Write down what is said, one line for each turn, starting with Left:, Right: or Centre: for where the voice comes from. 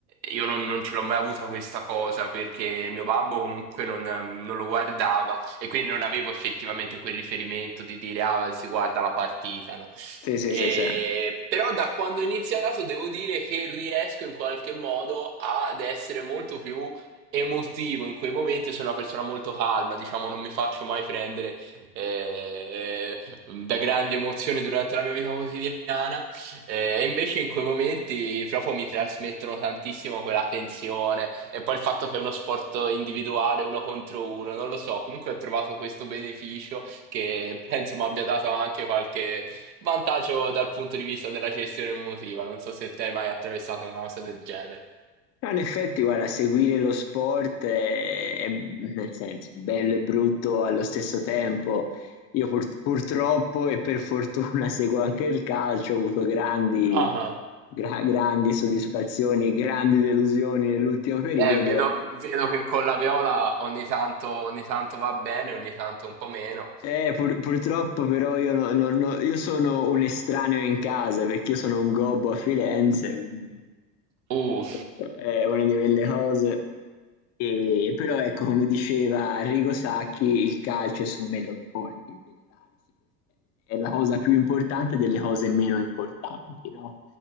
Right: io non, non ce l'ho mai avuta questa cosa perché mio babbo comunque non, ehm, non lo guardava e quindi non avevo effettivamente quel riferimento di dire ah, si guarda la partita, no?
Left: Sì, sì,
Right: E-
Left: sì, sì. No,
Right: però da quando ho iniziato devo dire che riesco in qualche modo ad essere molto più emotivo in quei momenti. Sono una persona molto calma, diciamo, non mi faccio mai prendere eh, da grandi emozioni durante la mia vita quotidiana. Eh, invece in quei momenti proprio mi trasmettono tantissimo quella tensione e poi il fatto che è uno sport individuale, uno contro uno, non lo so, comunque ho trovato questo beneficio che penso mi abbia dato anche qualche vantaggio dal punto di vista della gestione emotiva, non so se te hai mai attraversato una cosa del genere.
Left: in effetti, guarda, seguire lo sport è, è- nel senso, bello e brutto allo stesso tempo. Io pur- purtroppo e per fortuna <laughs> seguo anche il calcio, ho avuto grandi,
Right: Ah,
Left: gra- grandi soddisfazioni e grandi delusioni nell'ultimo periodo.
Right: eh, vedo, vedo che con la viola ogni tanto, ogni tanto va bene, ogni tanto un po' meno.
Left: Eh, pur- purtroppo però io, no- no- no- io sono un estraneo in casa perché io sono un gobbo a Firenze, quindi
Right: Uh,
Left: ecco, è una di quelle cose. E però ecco, come diceva Arrigo Sacchi, il calcio e secondo me lo sport in generale si può estendere, è la cosa più importante delle cose meno importanti, no?